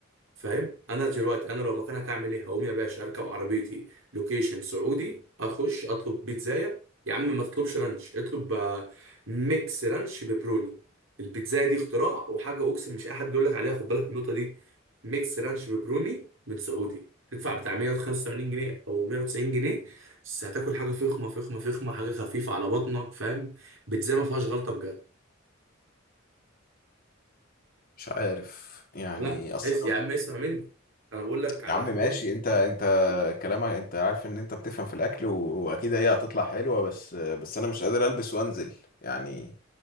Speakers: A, on the right (about 75°); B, on the left (about 45°).
A: فاهم انا دلوقتي انا لو مكانك هعمل ايه هقوم يا باشا اركب عربيتي لوكيشن سعودي اخش اطلب بيتزايه يا عم ما تطلبش رانش اطلب آه، ميكس رانش ببروني البيتزايه دي اختراع وحاجه اقسم مش اي حد يقول لك عليها خد بالك من النقطه دي ميكس رانش ببروني من سعودي تدفع بتاع 185 جنيه او 190 جنيه بس هتاكل حاجه فخمه فخمه فخمه حاجه خفيفه على بطنك فاهم بيتزايه ما فيهاش غلطه بجد
B: مش عارف يعني
A: لا
B: اصلا
A: اس يا عم اسمع مني انا بقول لك على
B: يا عم
A: حاجه
B: ماشي انت انت كلامك انت عارف ان انت بتفهم في الاكل و- واكيد هي هتطلع حلوه بس بس انا مش قادر البس وانزل يعني